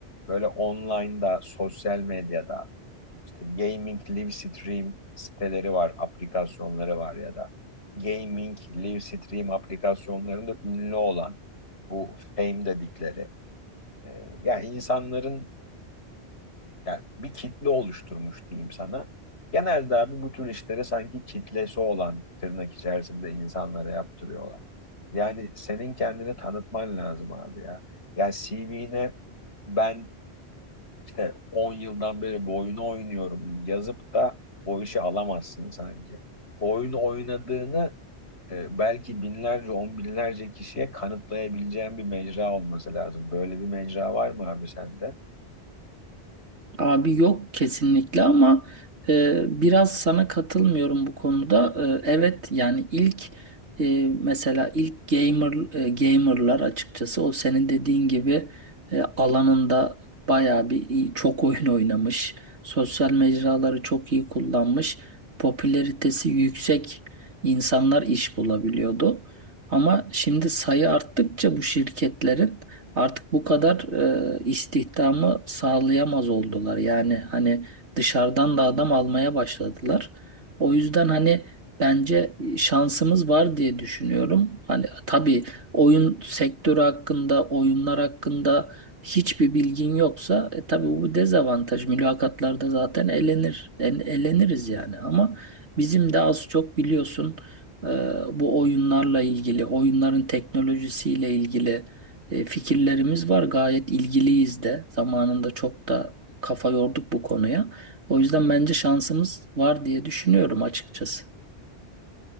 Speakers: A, on the left; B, on the right.
A: böyle online'da, sosyal medyada işte gaming live stream siteleri var, aplikasyonları var ya da gaming live stream aplikasyonlarında ünlü olan bu fame dedikleri e, ya insanların yani bir kitle oluşturmuş diyeyim sana. Genelde abi bu tür işleri sanki kitlesi olan tırnak içerisinde insanlara yaptırıyorlar. Yani senin kendini tanıtman lazım abi ya. Yani CV'ne ben işte 10 yıldan beri bu oyunu oynuyorum yazıp da o işi alamazsın sanki. O oyunu oynadığını e, belki binlerce, on binlerce kişiye kanıtlayabileceğin bir mecra olması lazım. Böyle bir mecra var mı abi sende?
B: Abi yok kesinlikle ama e, biraz sana katılmıyorum bu konuda. E, evet yani ilk e, mesela ilk gamer e, gamerlar açıkçası o senin dediğin gibi e, alanında bayağı bir iyi- çok oyun oynamış, sosyal mecraları çok iyi kullanmış, popülaritesi yüksek insanlar iş bulabiliyordu. Ama şimdi sayı arttıkça bu şirketlerin artık bu kadar e, istihdamı sağlayamaz oldular. Yani hani dışarıdan da adam almaya başladılar. O yüzden hani bence şansımız var diye düşünüyorum. Hani tabii oyun sektörü hakkında, oyunlar hakkında hiçbir bilgin yoksa e, tabii bu bir dezavantaj. Mülakatlarda zaten elenir, en- eleniriz yani. Ama bizim de az çok biliyorsun e, bu oyunlarla ilgili, oyunların teknolojisiyle ilgili e, fikirlerimiz var. Gayet ilgiliyiz de. Zamanında çok da kafa yorduk bu konuya. O yüzden bence şansımız var diye düşünüyorum açıkçası.